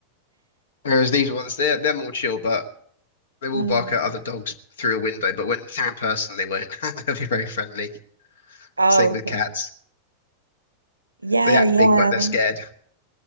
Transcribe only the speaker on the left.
Whereas these ones, they're they're more chill, but they will
bark at other dogs through a window. But when they're in person, they won't. <laughs> They'll be very friendly.
Same
with cats.
They act
big, but they're scared.